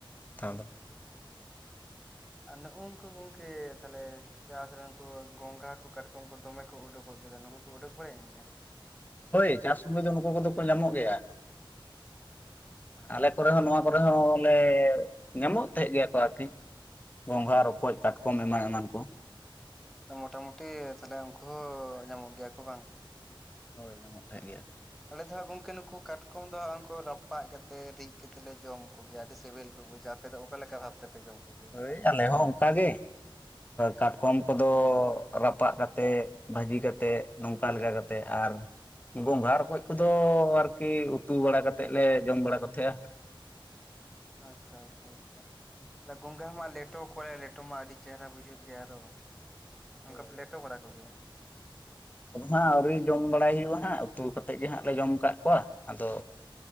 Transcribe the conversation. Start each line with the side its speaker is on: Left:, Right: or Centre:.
Left: ᱠᱟᱛᱷᱟ ᱫᱚ᱾
Centre: ᱟ ᱱᱩᱜᱩᱝᱠᱩ ᱜᱚᱝᱠᱮ ᱛᱟᱦᱚᱞᱮ ᱪᱟᱥ ᱨᱮ ᱩᱝᱠᱩ ᱜᱚᱝᱜᱷᱟ ᱠᱩ ᱠᱟᱴᱠᱚᱢ ᱠᱚ ᱫᱚᱢᱮ ᱠᱚ ᱩᱰᱩᱜᱚᱜ ᱜᱮᱫᱚ ᱱᱩᱠᱩ ᱠᱩ ᱩᱰᱩᱠ ᱵᱟᱲᱟᱭᱮᱱ ᱜᱮᱭᱟ?
Left: ᱦᱳᱭ ᱪᱟᱥ ᱥᱩᱢᱚᱭ ᱫᱚ ᱱᱩᱠᱩ ᱠᱚᱫᱚ ᱠᱚ ᱧᱟᱢᱚᱜ ᱜᱮᱭᱟ᱾ ᱟᱞᱮ ᱠᱚᱨᱮ ᱦᱚᱸ ᱱᱚᱣᱟ ᱠᱚᱨᱮ ᱦᱚᱸ ᱞᱮ ᱧᱟᱢᱚᱜ ᱛᱟᱦᱮᱸᱫ ᱜᱮᱭᱟ ᱠᱚ ᱟᱨᱠᱤ ᱜᱚᱸᱜᱷᱟ, ᱨᱚᱠᱚᱡ, ᱠᱟᱴᱠᱚᱢ ᱮᱢᱟᱱ ᱮᱢᱟᱱ ᱠᱚ
Centre: ᱛᱚ ᱢᱚᱴᱟ ᱢᱩᱩᱴᱤ ᱛᱟᱦᱞᱮ ᱩᱱᱠᱩ ᱦᱚᱸ ᱧᱟᱢᱚᱜ ᱜᱮᱭᱟ ᱠᱚ ᱵᱟᱝ?
Left: ᱦᱳᱭ ᱧᱟᱢᱚᱜ ᱛᱟᱦᱮᱸ ᱜᱮᱭᱟ ᱠᱚ᱾
Centre: ᱟᱞᱮ ᱫᱚ ᱦᱟᱸᱜ ᱜᱚᱝᱠᱮ ᱱᱩᱠᱩ ᱠᱟᱴᱠᱚᱢ ᱫᱚ ᱦᱟᱸᱜ ᱩᱱᱠᱩ ᱨᱟᱯᱟᱜ ᱠᱟᱛᱮ ᱨᱤᱫ ᱠᱟᱛᱮ ᱞᱮ ᱡᱚᱢ ᱠᱚᱜᱮᱭᱟ ᱟᱹᱰᱤ ᱥᱤᱵᱤᱞ ᱠᱚ ᱵᱩᱡᱟ ᱯᱮ ᱫᱚ ᱚᱠᱟ ᱞᱮᱠᱟ ᱵᱷᱟᱵ ᱛᱮᱯᱮ ᱡᱚᱢ ᱠᱚᱜᱮᱭᱟ?
Left: ᱦᱳᱭ ᱟᱞᱮ ᱦᱚᱸ ᱚᱝᱠᱟ ᱜᱮ ᱠᱟᱴᱠᱚᱢ ᱠᱚᱫᱚ ᱨᱟᱯᱟᱜ ᱠᱟᱛᱮᱜ ᱵᱷᱟᱹᱡᱤ ᱠᱟᱛᱮᱫ ᱱᱚᱝᱠᱟ ᱞᱮᱠᱟ ᱠᱟᱛᱮᱫ ᱟᱨ ᱜᱚᱸᱜᱷᱟ, ᱨᱚᱠᱚᱡ ᱠᱚᱫᱚ ᱟᱨᱠᱤ ᱩᱛᱩ ᱵᱟᱲᱟ ᱠᱟᱛᱮᱫ ᱞᱮ ᱡᱚᱢ ᱵᱟᱲᱟ ᱠᱚᱛᱷᱮᱜᱼᱟ
Centre: ᱟᱪᱪᱷᱟ ᱟᱪᱪᱷᱟ ᱟᱪᱪᱷᱟ ᱜᱚᱝᱜᱷᱟ ᱢᱟ ᱞᱮᱴᱚ ᱠᱚᱣᱟ ᱞᱮ ᱞᱮᱴᱚ ᱢᱟ ᱟᱹᱰᱤ ᱪᱮᱦᱨᱟ ᱵᱩᱡᱷᱟᱹᱜ ᱜᱮᱭᱟ ᱟᱨᱚ
Left: ᱦᱳᱭ
Centre: ᱚᱱᱠᱟ ᱯᱮ ᱞᱮᱴᱚ ᱵᱟᱲᱟ ᱠᱚᱜᱮᱭᱟ?
Left: ᱟᱫᱚ ᱦᱟᱸᱜ ᱟᱹᱣᱨᱤ ᱡᱚᱢ ᱵᱟᱲᱟᱭ ᱦᱩᱭᱩᱜᱼᱟ ᱦᱟᱸᱜ ᱩᱛᱩ ᱠᱟᱛᱮᱫ ᱜᱮ ᱦᱟᱸᱜ ᱞᱮ ᱡᱚᱢ ᱠᱟᱫ ᱠᱚᱣᱟ ᱟᱫᱚ